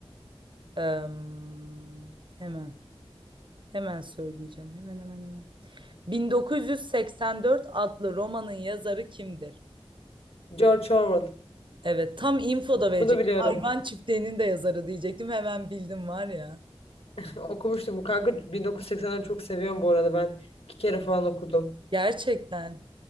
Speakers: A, on the right; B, on the left.
A: Em, hemen. Hemen söyleyeceğim. Hemen hemen hemen. 1984 adlı romanın yazarı kimdir?
B: George Orwell.
A: Evet, tam info da verecektim.
B: Bunu biliyorum.
A: Hayvan çiftliğinin de yazarı diyecektim. Hemen bildim var ya.
B: <laughs> Okumuştum. Kanka 1980'leri çok seviyorum bu arada. Ben iki kere falan okudum.
A: Gerçekten.